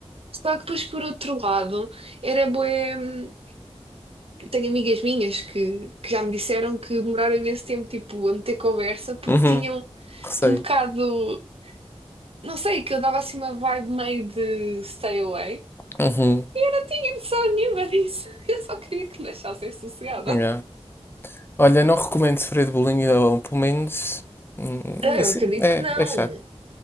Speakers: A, on the right; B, on the left.
A: Só que depois, por outro lado, era bué... hum, Tenho amigas minhas que, que já me disseram que demoraram imenso tempo, tipo, a meter conversa, porque
B: Uhum.
A: tinham
B: Receio.
A: um bocado... Não sei, que eu dava assim uma vibe meio de stay away.
B: Uhum.
A: e Eu não tinha noção nenhuma disso. <laughs> Eu só queria que me achassem sossegada.
B: Yeah. Olha, não recomendo sofrer de bullying, ou pelo menos. hum,
A: Ah,
B: esse-
A: Eu acredito
B: É,
A: que não.
B: é chato.